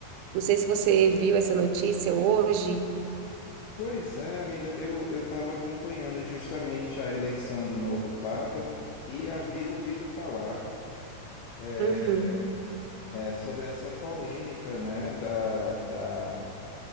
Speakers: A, on the right; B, on the left.
A: Não sei se você viu essa notícia hoje.
B: Pois é, amiga, eu eu estava acompanhando justamente a eleição do novo Papa e havia ouvido falar eh,
A: Uhum.
B: eh, sobre essa polêmica, né, da, da